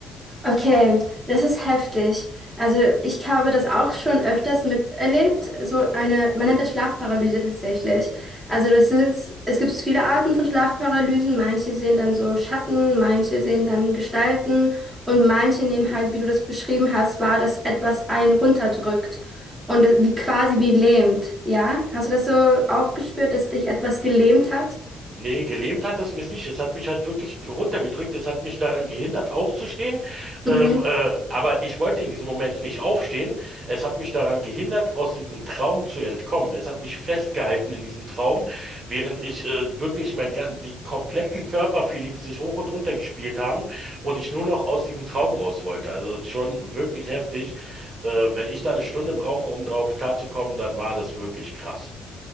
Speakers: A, in the centre; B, on the right.
A: Okay, das ist heftig. Also ich habe das auch schon öfters miterlebt. So eine, man nennt das Schlafparalyse tatsächlich. Also das ist, es gibt viele Arten von Schlafparalysen. Manche sehen dann so Schatten, manche sehen dann Gestalten und manche nehmen halt, wie du das beschrieben hast, wahr, dass etwas einen runterdrückt und wie quasi wie lähmt. Ja? Hast du das so auch gespürt, dass dich etwas gelähmt hat?
B: Nee, gelähmt hat es mich nicht. Es hat mich halt wirklich runtergedrückt. Es hat mich daran gehindert, aufzustehen. Ähm,
A: Mhm.
B: äh, aber ich wollte in diesem Moment nicht aufstehen. Es hat mich daran gehindert, aus diesem Traum zu entkommen. Es hat mich festgehalten in diesem Traum, während ich äh, wirklich mein, gan- die kompletten Körperfeelings sich hoch und runter gespielt haben und ich nur noch aus diesem Traum raus wollte. Also schon wirklich heftig. Äh, wenn ich da eine Stunde brauche, um drauf klarzukommen, dann war das wirklich krass.